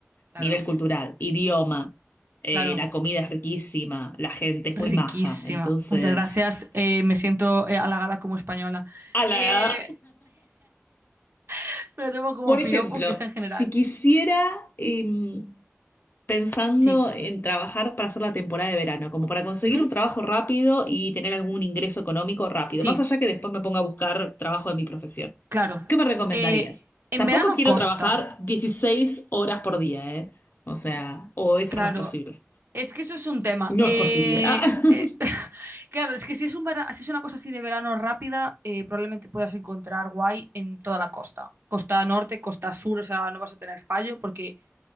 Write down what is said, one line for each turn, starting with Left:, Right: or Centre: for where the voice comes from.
Right: Claro,
Left: nivel cultural, idioma. Eh,
Right: claro.
Left: la comida es riquísima, la gente es
Right: Riquísima.
Left: muy maja. Entonces.
Right: Muchas gracias. eh, me siento eh, halagada como española.
Left: a
Right: Eh,
Left: la
Right: <laughs> me lo tomo como
Left: Por ejemplo,
Right: piropo, que es en general.
Left: si quisiera, em, pensando
Right: Sí.
Left: en trabajar para hacer la temporada de verano, como para conseguir
Right: Ujú.
Left: un trabajo rápido y tener algún ingreso económico rápido,
Right: Sí,
Left: más allá que después me ponga a buscar trabajo de mi profesión,
Right: claro.
Left: ¿qué me recomendarías?
Right: Eh, en
Left: Tampoco
Right: verano
Left: quiero
Right: costa.
Left: trabajar 16 horas por día, ¿eh? O sea, o eso
Right: Claro,
Left: no es posible.
Right: es que eso es un tema.
Left: No
Right: Eh,
Left: es posible. Ah, <laughs>
Right: eh, <laughs> claro, es que si es un vera- si es una cosa así de verano rápida, eh, probablemente puedas encontrar guay en toda la costa. Costa norte, costa sur, o sea, no vas a tener fallo porque